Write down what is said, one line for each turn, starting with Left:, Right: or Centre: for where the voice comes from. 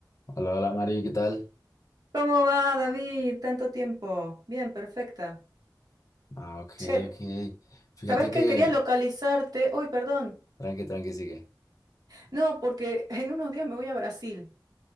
Left: Hola, hola Mari, ¿qué tal?
Right: ¿Cómo va, David? Tanto tiempo. Bien, perfecta.
Left: Ah, ok,
Right: Che,
Left: ok. Fíjate
Right: ¿sabes
Left: que,
Right: qué? Quería localizarte. Uy, perdón.
Left: tranqui, tranqui, sigue.
Right: No, porque <laughs> en unos días me voy a Brasil.